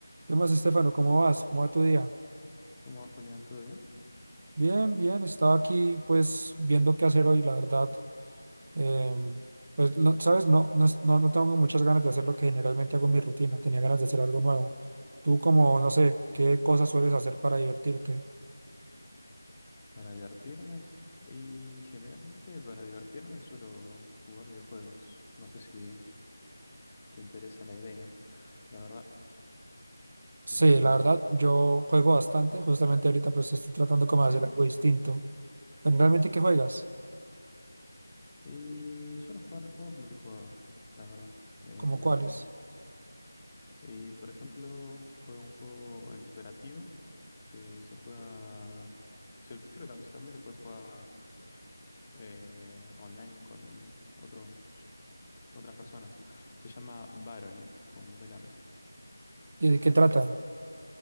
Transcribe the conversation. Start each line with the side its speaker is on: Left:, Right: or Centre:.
Right: ¿Qué más, Estefano? ¿Cómo vas? ¿Cómo va tu día?
Left: ¿Cómo va, Julián? ¿Todo bien?
Right: Bien, bien. Estaba aquí, pues, viendo qué hacer hoy, la verdad. Em, pues, no- ¿sabes? No, no, es- no, no tengo muchas ganas de hacer lo que generalmente hago en mi rutina. Tenía ganas de hacer algo nuevo. Tú, como, no sé, ¿qué cosas sueles hacer para divertirte?
Left: Para divertirme. Y generalmente para divertirme suelo jugar videojuegos. No sé si te interesa la idea. La verdad,
Right: Sí,
Left: no sé si
Right: la verdad, yo juego bastante. Justamente ahorita, pues, estoy tratando como
Left: sé.
Right: de hacer algo distinto. Generalmente, ¿qué juegas?
Left: Y suelo jugar juegos multijugador, la verdad, eh,
Right: ¿Cómo
Left: generalmente.
Right: cuáles?
Left: Y por ejemplo, juego un juego en cooperativo que se juega... se- creo que también, también se puede jugar eh, online con otros, otras personas. Se llama Barony, con B larga.
Right: ¿Y de qué trata?